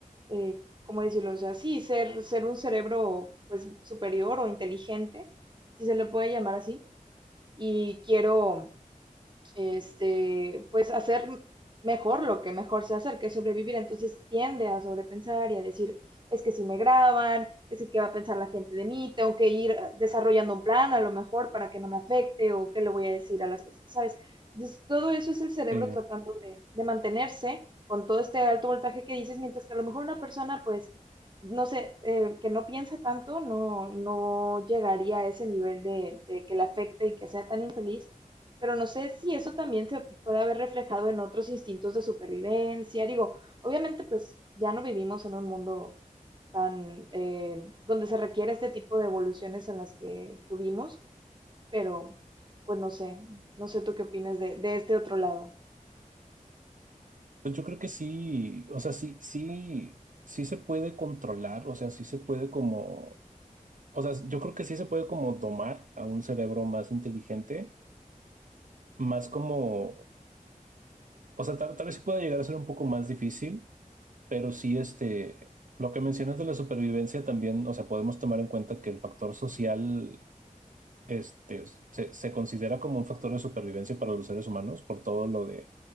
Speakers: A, on the right; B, on the right.
A: eh, ¿cómo decirlo? O sea, sí, ser, ser un cerebro, pues, superior o inteligente, si se le puede llamar así, y quiero este, pues hacer mejor lo que mejor se hacer, que es sobrevivir. Entonces tiende a sobrepensar y a decir, es que si me graban, es que qué va a pensar la gente de mí, tengo que ir ah, desarrollando un plan a lo mejor para que no me afecte o qué le voy a decir a las personas, ¿sabes? Entonces, todo eso es el cerebro
B: Sí.
A: tratando de, de mantenerse con todo este alto voltaje que dices, mientras que a lo mejor una persona, pues, no sé, eh, que no piensa tanto, no, no llegaría a ese nivel de, de que le afecte y que sea tan infeliz, pero no sé si eso también se puede haber reflejado en otros instintos de supervivencia. Digo, obviamente pues ya no vivimos en un mundo tan eh, donde se requiere este tipo de evoluciones en las que tuvimos, pero pues no sé, no sé tú qué opinas de, de este otro lado.
B: Pues yo creo que sí, o sea, sí, sí, sí se puede controlar, o sea, sí se puede como, o sea, yo creo que sí se puede como domar a un cerebro más inteligente, más como, o sea, tal, tal vez sí pueda llegar a ser un poco más difícil, pero sí, este, lo que mencionas de la supervivencia también, o sea, podemos tomar en cuenta que el factor social, este, se, se considera como un factor de supervivencia para los seres humanos por todo lo de